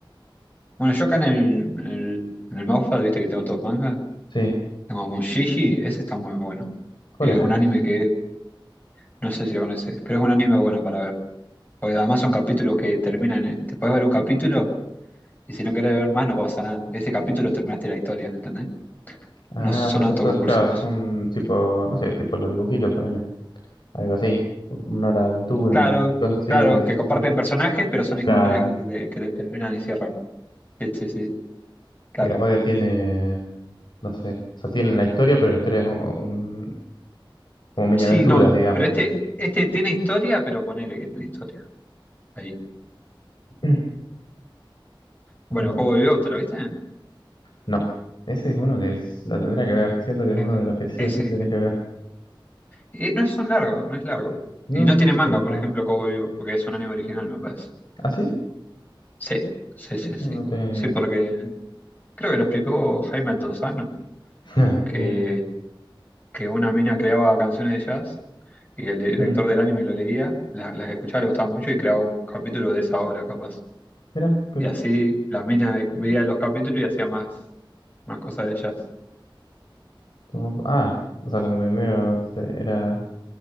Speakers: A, on the left; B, on the left.
A: bueno, yo acá en el, en el, en el Wattpad, viste que tengo todos mangas.
B: Sí.
A: Tengo Mushishi, ese está muy bueno.
B: ¿Cuál
A: Es
B: era
A: un
B: eso?
A: anime que, no sé si lo conoces, pero es un anime bueno para ver. Porque además son capítulos que terminan, en- te puedes ver un capítulo y si no querés ver más no pasa nada. Este capítulo terminaste la historia, ¿entendés?
B: Ah,
A: No son
B: o
A: autoconclusivos.
B: sea, son, claro, son tipo, no sé, tipo los dibujitos, ponele. Algo así. Una hora de aventura,
A: Claro,
B: un- cosas así
A: claro,
B: que...
A: que comparten
B: un-
A: personajes, pero son historias
B: Claro.
A: de- que terminan y cierran. Sí, sí, sí, claro.
B: Que capaz que tiene, no sé. O sea, tiene la historia, pero la historia es un, un- como mini
A: Sí,
B: aventuras,
A: no,
B: digamos.
A: pero este, este tiene historia, pero ponele que tiene historia. Ahí.
B: Mm,
A: Bueno,
B: No,
A: Cowboy Bebop, ¿te lo viste?
B: no. Ese es uno que es, lo tendría que ver. Siento que es
A: Eh,
B: uno de los que sí
A: ese.
B: o sí tenés que ver.
A: Eh, no es tan largo, no es largo.
B: No,
A: Y no
B: no,
A: tiene manga,
B: pero
A: por
B: bueno.
A: ejemplo, Cowboy Vivo, porque es un anime original, me parece.
B: ¿Ah, sí?
A: Sí, sí, sí,
B: Eso
A: sí.
B: no tenía ni
A: Sí,
B: idea.
A: porque creo que lo explicó Jaime Altozano,
B: <laughs> No, ni
A: que,
B: idea.
A: que una mina creaba canciones de jazz y el director
B: Mm.
A: del anime lo leía, la- las, escuchaba, le gustaba mucho y creaba un capítulo de esa obra, capaz.
B: Mira, qué
A: Y
B: loco.
A: así la mina veía los capítulos y hacía más, más cosas de jazz.
B: Toma- Ah, o sea, como que medio se- era.